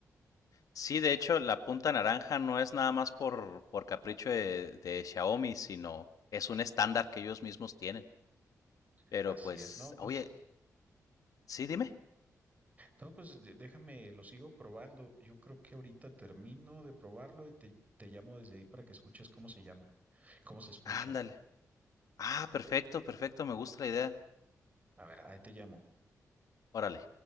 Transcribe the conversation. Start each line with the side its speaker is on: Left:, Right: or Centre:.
Left: Sí, de hecho, la punta naranja no es nada más por, por capricho de de Xiaomi, sino es un estándar que ellos mismos tienen. Pero
Right: Así
Left: pues,
Right: es, no, pues
Left: oye, Sí, dime.
Right: No, pues de- déjame, lo sigo probando. Yo creo que ahorita termino de probarlo y te, te llamo desde ahí para que escuches cómo se llama, cómo se escucha.
Left: Ándale. Ah, perfecto, perfecto, me gusta la idea.
Right: A ver, ahí te llamo.
Left: Órale.